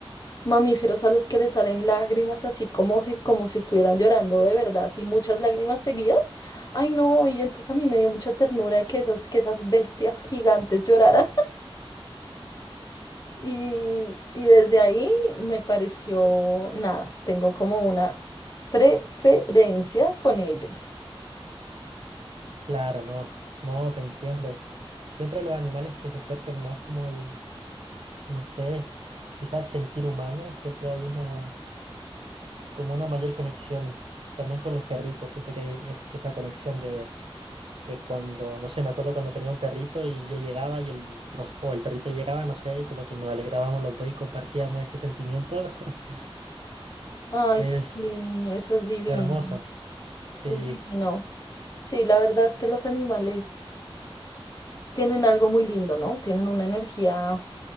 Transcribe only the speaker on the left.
mamíferos a los que les salen lágrimas así como si, como si estuvieran llorando de verdad, así muchas lágrimas seguidas. Ay, no, y entonces a mí me dio mucha ternura de que esos, que esas bestias gigantes lloraran. Y, y desde ahí me pareció nada, tengo como una preferencia con ellos.
Ay,
sí, eso es divino,
es divino. Sí, la verdad es que los animales tienen algo muy lindo, ¿no? Tienen una energía